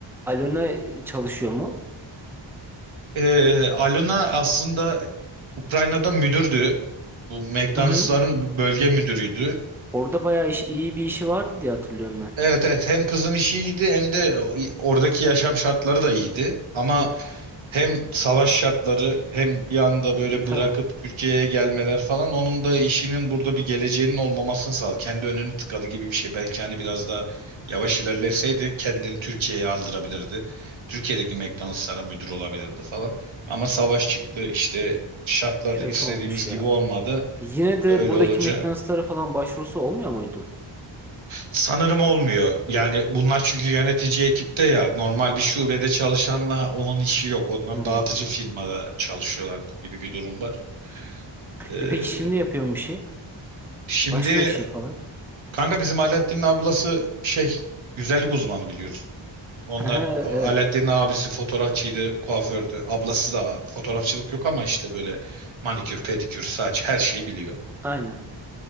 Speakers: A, in the centre; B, on the right.
A: Alona çalışıyor mu?
B: Ee, Alona aslında Ukrayna'da müdürdü. Bu McDonald's'ların
A: Hı hı.
B: bölge müdürüydü.
A: Orada bayağı iş, iyi bir işi vardı diye hatırlıyorum ben.
B: Evet evet hem kızın işi iyiydi hem de oradaki yaşam şartları da iyiydi. Ama
A: Hı hı.
B: hem savaş şartları hem bir anda böyle
A: E tabii.
B: bırakıp Türkiye'ye gelmeler falan onun da işinin burada bir geleceğinin olmamasını sağladı. Kendi önünü tıkadı gibi bir şey. Belki hani biraz daha yavaş ilerleseydi kendini Türkiye'ye aldırabilirdi. Türkiye'deki McDonald's'lara müdür olabilirdi falan. Ama savaş çıktı işte şartlar
A: Kötü
B: istediğimiz
A: olmuş ya.
B: gibi olmadı.
A: Yine de
B: Öyle
A: buradaki
B: olunca
A: McDonald's'lara falan başvurusu olmuyor muydu?
B: Sanırım olmuyor. Yani bunlar çünkü yönetici ekipte ya normal bir şubede çalışanla onun işi yok. Onlar
A: Hmm.
B: dağıtıcı firmada çalışıyorlar gibi bir durum var. Ee,
A: E peki şimdi yapıyorum bir şey.
B: şimdi
A: Başka bir şey falan.
B: kanka bizim Alaaddin'in ablası şey güzellik uzmanı biliyorsun. Onlar
A: Ha, evet.
B: A- Alaaddin'in abisi fotoğrafçıydı, kuafördü. Ablası da fotoğrafçılık yok ama işte böyle manikür, pedikür, saç her şeyi biliyor.
A: Aynen.